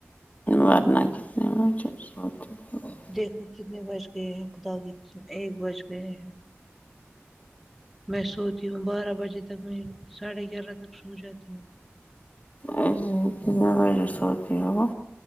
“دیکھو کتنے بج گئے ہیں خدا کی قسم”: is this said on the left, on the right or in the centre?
Centre